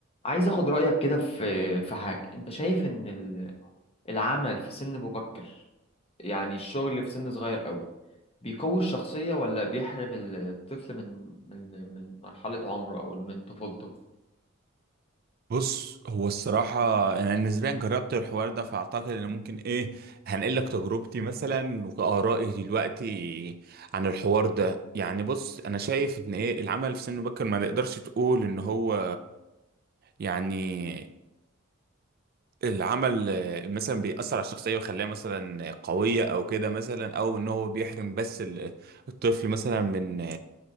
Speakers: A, on the left; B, on the right.
A: عايز اخد رأيك كده في في حاجة انت شايف ان ال- العمل في سن مبكر يعني الشغل في سن صغير قوي بيقوي الشخصية ولا بيحرم الطفل من من من مرحلة عمره او من طفولته
B: بص هو الصراحة أنا نسبيا جربت الحوار ده فأعتقد إن ممكن إيه هنقل لك تجربتي مثلا وآرائي دلوقتي عن الحوار ده يعني بص أنا شايف إن إيه العمل في سن مبكر ما نقدرش تقول إن هو يعني العمل آه، مثلا بيأثر على الشخصية ويخليها مثلا قوية أو كده مثلا أو إن هو بيحرم بس ال- الطفل مثلا من